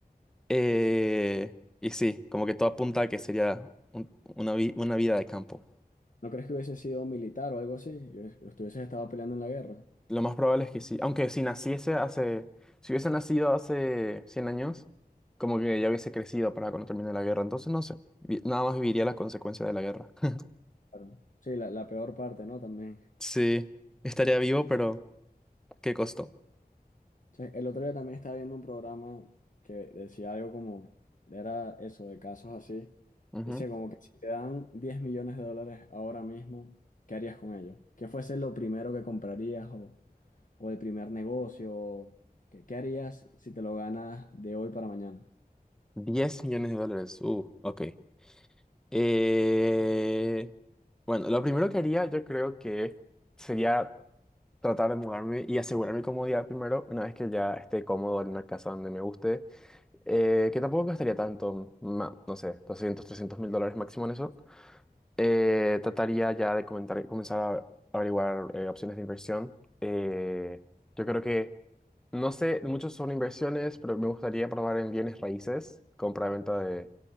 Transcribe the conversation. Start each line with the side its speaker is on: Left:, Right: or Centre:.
Centre: Eh, y sí, como que todo apunta a que sería un- una, vi- una vida de campo.
Left: ¿No crees que hubiese sido militar o algo así? Y hubies- Hubieses estado peleando en la guerra.
Centre: Lo más probable es que sí. Aunque si naciese hace... Si hubiese nacido hace 100 años, como que ya hubiese crecido para cuando termine la guerra. Entonces, no sé. vi- Nada más viviría la consecuencia de la guerra. <laughs>
Left: Claro. Sí, la, la peor parte, ¿no? También.
Centre: Sí, estaría vivo, pero ¿qué costó?
Left: O sea, el otro día también estaba viendo un programa que decía algo como, era eso, de casos así.
Centre: Ujú.
Left: Decía como que si te dan 10 millones de dólares ahora mismo, ¿qué harías con ellos? ¿Qué fuese lo primero que comprarías o, o el primer negocio? ¿Qué, qué harías si te lo ganas de hoy para mañana?
Centre: 10 millones de dólares. Uh, ok. Eh, bueno, lo primero que haría yo creo que sería tratar de mudarme y asegurar mi comodidad primero, una vez que ya esté cómodo en una casa donde me guste, eh, que tampoco gastaría tanto, ma- no sé, 200 300 mil dólares máximo en eso. Eh, trataría ya de comentar- comenzar a averiguar eh, opciones de inversión. Eh, yo creo que, no sé, muchos son inversiones, pero me gustaría probar en bienes raíces, compra-venta de,